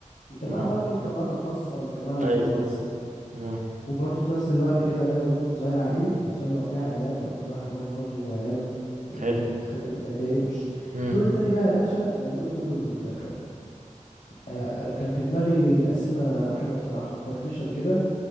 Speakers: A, on the left; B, on the right.
A: الجماعة
B: مم.
A: بقى بتوع الجامعات الخاصة الجماعة البيزنس
B: ايوه اه آه.
A: وبرضه في نفس الوقت كده نعمل ركن صغير عائلي عشان لو في عائلات لو في واحد هو مراته وعياله ما
B: حلو
A: يتخنق ما يتضايقوش
B: مم.
A: الدور التاني بقى يا باشا نعمله كله للمذاكرة آه، آه، كان في دماغي تقسيمة حلوة بصراحة بارتيشن كده